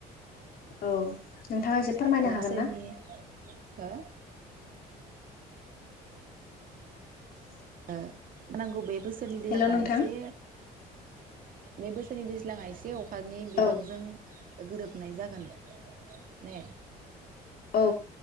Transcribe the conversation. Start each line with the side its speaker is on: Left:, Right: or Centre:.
Left: औ नोंथाङा एसे फोरमायनो
Right: दाना
Left: हागोन
Right: सोरनि
Left: ना
Right: हो
Left: औ
Right: ओ नांगौ बेबो <unintelligible>
Left: हेल' नोंथां
Right: एसे बे बोसोरनि दैज्लांङा एसे अखा अखानि बिबांजों
Left: औ
Right: गोरोबनाय जागोन ने
Left: औ।